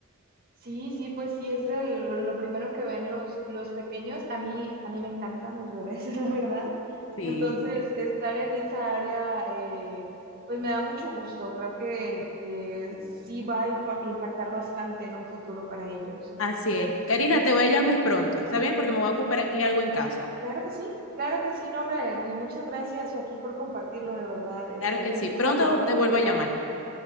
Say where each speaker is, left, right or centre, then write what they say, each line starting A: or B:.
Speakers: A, on the right (about 45°); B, on the left (about 75°).
A: Sí, sí, pues sí, es de lo, lo primero que ven los, los pequeños. A mí, a mí me encantan los bebés, <laughs> la verdad.
B: Sí.
A: Entonces, Sí. estar en esa área, eh, pues me da mucho gusto. Creo que, que sí va a impa- impactar bastante en un futuro para ellos.
B: Así es. Karina, te voy a llamar pronto. ¿Está bien? Porque me voy a ocupar aquí algo en casa.
A: Claro que sí, claro que sí, no, hombre, y muchas gracias aquí por compartirlo, de verdad. Este,
B: Claro que
A: un
B: sí.
A: gusto
B: Pronto
A: hablar contigo.
B: te vuelvo a llamar.